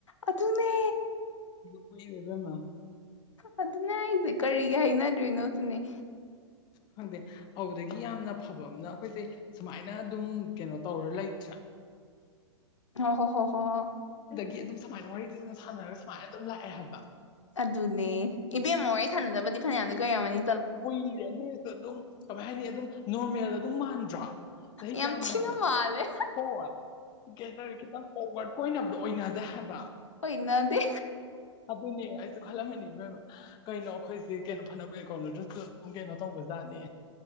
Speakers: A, on the left (about 80°); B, on the left (about 30°).
A: ꯑꯗꯨꯅꯦ
B: ꯀꯣꯏ ꯂꯩꯕꯅ
A: ꯑꯗꯨꯅꯦ ꯍꯥꯏꯁꯦ ꯀꯔꯤꯒꯤ ꯍꯥꯏꯅꯗꯣꯏꯅꯣ ꯁꯤꯅꯦ
B: ꯈꯪꯗꯦ ꯑꯗꯨꯗꯒꯤ ꯌꯥꯝꯅ ꯐꯕ ꯑꯃꯅ ꯑꯩꯈꯣꯏꯁꯦ ꯁꯨꯃꯥꯏꯅ ꯑꯗꯨꯝ ꯀꯩꯅꯣ ꯇꯧꯔ ꯂꯩꯁꯦ ꯑ
A: ꯑ ꯍꯣ ꯍꯣ ꯍꯣ ꯍ
B: ꯑꯗꯨꯝ ꯁꯨꯃꯥꯏꯅ ꯋꯥꯔꯤ ꯂꯤ ꯁꯥꯟꯅꯔꯒ ꯁꯨꯃꯥꯏꯅ ꯑꯗꯨꯝ ꯂꯥꯛꯑꯦ ꯍꯥꯏꯕ
A: ꯑꯗꯨꯅꯦ ꯏꯕꯦꯝꯃꯣ ꯑꯩ ꯊꯥꯟꯅꯗꯕꯗꯤ ꯐꯅꯌꯥꯝꯅꯤ ꯀꯣꯏꯔꯝꯃꯅꯤ
B: ꯀꯨꯏꯔꯦ ꯑꯗꯨꯔꯁꯨ ꯑꯗꯨꯝ ꯀꯃꯥꯏ ꯍꯥꯏꯅꯤ ꯑꯗꯨꯝ ꯅꯣꯔꯃꯦꯜꯗ ꯑꯗꯨꯝ ꯃꯥꯟꯕ ꯁꯍꯤ
A: ꯌꯥꯝ
B: ꯀꯌꯥꯝ
A: ꯊꯤꯅ
B: ꯅ
A: ꯃꯥꯜꯂꯦ
B: ꯍꯣ ꯀꯦ ꯇꯈꯤꯗ ꯐꯒ ꯀꯣꯏ ꯅꯗꯣ ꯑꯣꯏꯅꯗ ꯍꯥꯏꯕ
A: ꯑꯣ ꯏꯟꯅꯣꯗꯤ
B: ꯑꯗꯨꯅꯦ ꯑꯩꯁꯨ ꯈꯜꯂꯝꯃꯤꯅꯤꯕ ꯀꯩꯅꯣ ꯑꯩꯈꯣꯏꯁꯦ ꯀꯩꯅꯣ ꯐꯅꯕꯒꯤ ꯀꯣꯅꯗꯨꯁꯨ ꯑꯗꯨꯝ ꯀꯩꯅꯣ ꯇꯧꯕ ꯗꯥꯅꯤ